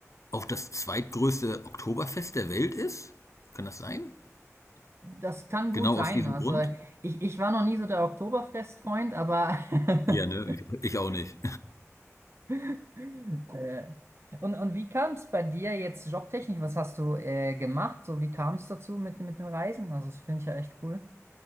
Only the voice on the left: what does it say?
auch das zweitgrößte Oktoberfest der Welt ist? Kann das sein?
Genau
aus diesem
Grund?
Ja, ne, ich, ich auch nicht.